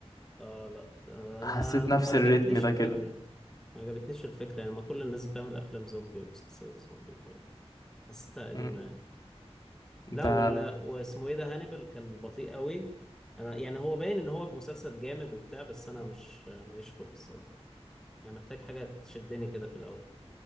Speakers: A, in the centre; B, on the left.
A: آه، لا آه، انا
B: حسيت نفس
A: ما عجبتنيش
B: الريتم ده
A: الفكره
B: كده
A: ما عجبتنيش الفكره يعني ما كل الناس بتعمل افلام زومبي ومسلسلات زومبي ف- حسيتها قديمه
B: مم.
A: يعني لا
B: ده
A: ولا واسمه ايه ده هانيبال كان بطيء قوي انا يعني هو باين ان هو مسلسل جامد وبتاع بس انا مش ماليش خلق الصراحه يعني محتاج حاجه تشدني كده في الاول